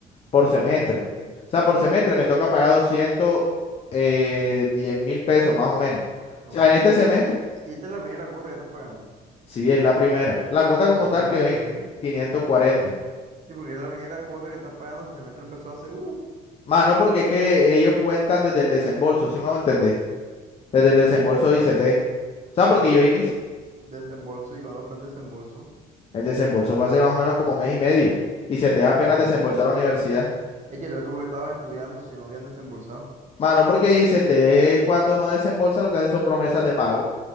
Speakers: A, on the left; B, on the right.
A: por
B: Ok,
A: semestre.
B: ok.
A: O sea, por semestre me toca pagar doscientos eh, diez mil pesos más o menos. O
B: Ok,
A: sea,
B: y,
A: en este
B: y,
A: semestre,
B: y, y y esta es la primera cuota que estás pagando.
A: sí, es la primera. La cuota como
B: ¿Aquí
A: tal
B: por
A: que ven
B: qué?
A: 540.
B: Sí, porque es la primera cuota que estás pagando. Si el semestre empezó hace, uff.
A: Mano, porque es que ellos cuentan desde el desembolso, ¿sí me hago entender? Desde el desembolso
B: Mm,
A: de ICT. O sea, porque
B: pero
A: yo
B: desem-
A: inicié,
B: desembolso, ¿y cuándo fue el desembolso?
A: el desembolso fue hace más o menos como mes y medio. ICT
B: Ah,
A: apenas
B: no,
A: desembolsó
B: no sé mucho.
A: a la universidad.
B: Es que entonces, tú porque estabas estudiando si no habían desembolsado.
A: Mano, porque ICT cuando no desembolsa lo que hace son promesas de pago.